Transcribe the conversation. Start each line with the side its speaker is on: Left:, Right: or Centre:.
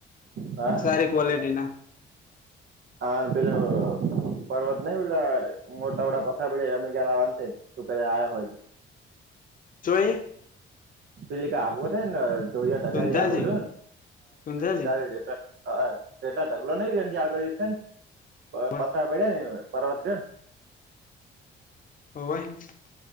Right: હા
Left: સારી ક્વલિટી ના
Right: હા પેલું પર્વત નઈ પલા મોટા બટા પથરા પડયા રહેતા એમને <inaudible> તું કે છે આય હોય તો
Left: જોએ
Right: પેલી ક આગવ થાય ને જોરિયા ટકા
Left: સુંધાજી
Right: આગો ને
Left: સુંધાજી
Right: સુધારી <inaudible> હ એટ ઢગલો નઈ ર આગળ ને
Left: હોય
Right: પથરા પડ્યા ને પર્વત રહ્યો ને
Left: હો ભાઈ